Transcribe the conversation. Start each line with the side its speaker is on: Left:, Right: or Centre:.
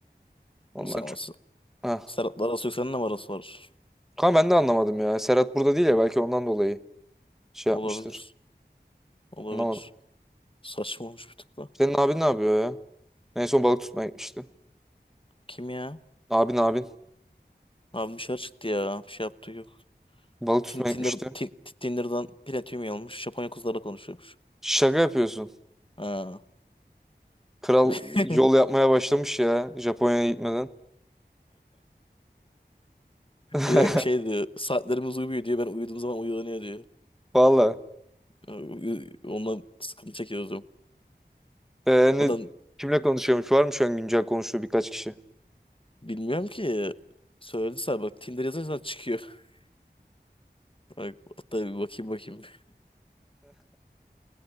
Centre: ondan
Left: Ama Sen, ama
Centre: çok.
Left: sen-
Centre: Heh.
Left: Serhat'la arası yok. Seninle mi arası var?
Centre: Kanka ben de anlamadım ya Serhat burada değil ya belki ondan dolayı şey
Left: Olabilir.
Centre: yapmıştır
Left: Olabilir.
Centre: anlamadım.
Left: Saçma olmuş bir tık da.
Centre: Senin abin ne yapıyor ya? En son balık tutmaya gitmişti.
Left: Kim ya?
Centre: Abin abin
Left: Abi dışarı çıktı ya. Bir şey yaptığı yok.
Centre: balık tutmaya
Left: Tin- Tinder,
Centre: gitmişti.
Left: tin, Tinder'dan platinum almış. Japonya kızlarla konuşuyormuş.
Centre: Şaka yapıyorsun.
Left: Ha.
Centre: Kral
Left: <laughs>
Centre: yol yapmaya başlamış ya Japonya'ya gitmeden. <laughs>
Left: Bir de şey diyor. Saatlerimiz uyumuyor diyor. Ben uyuduğum zaman uyanıyor diyor.
Centre: Valla.
Left: Uy- Ondan sıkıntı çekiyoruz diyorum.
Centre: Ee, ne,
Left: Adam
Centre: kimle konuşuyormuş? Var mı şu an güncel konuştuğu birkaç kişi?
Left: bilmiyorum ki. Söyledi sana bak. Tinder yazınca çıkıyor. <laughs> Bak, hatta bir bakayım bakayım.